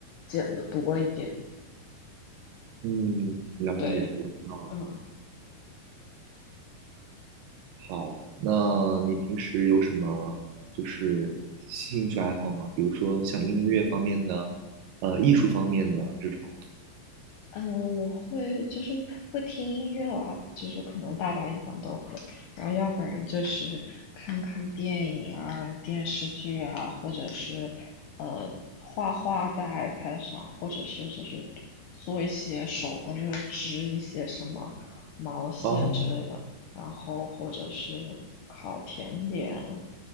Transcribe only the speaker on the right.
嗯，了解，
我知道了。
好，那你平时有什么就是兴趣爱好吗？比如说像音乐方面的，呃，艺术方面的这种。
哦，